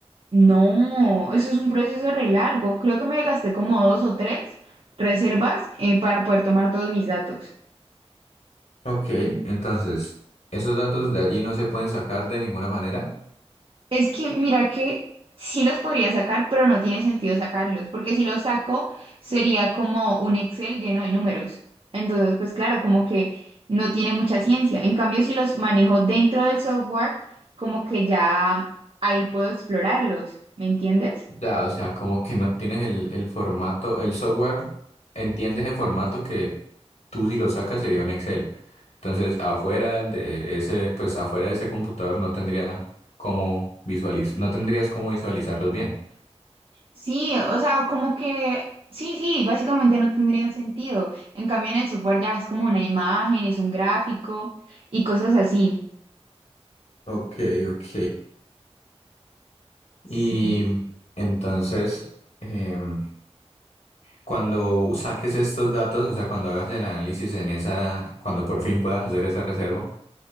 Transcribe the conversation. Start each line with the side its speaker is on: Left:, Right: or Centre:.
Right: No, eso es un proceso re largo. Creo que me gasté como dos o tres reservas eh, para poder tomar todos mis datos.
Left: Ok, entonces, ¿esos datos de allí no se pueden sacar de ninguna manera?
Right: Es que mira que sí los podría sacar, pero no tiene sentido sacarlos, porque si los saco sería como un Excel lleno de números. Entonces, pues claro, como que no tiene mucha ciencia. En cambio, si los manejo dentro del software, como que ya ahí puedo explorarlos, ¿me entiendes?
Left: Ya, o sea, como que no tienes el, el formato, el software entiende ese formato que tú si lo sacas sería un Excel. Entonces, afuera de ese, pues afuera de ese computador no tendría cómo visualiz no tendrías cómo visualizarlos bien.
Right: Sí, o sea, o como que sí, sí, básicamente no tendrían sentido. En cambio, en el software ya es como una imagen, es un gráfico y cosas así.
Left: Ok, ok.
Right: Sí.
Left: Y entonces, em, cuando saques estos datos, o sea, cuando hagas el análisis en esa, cuando por fin puedas hacer esa reserva,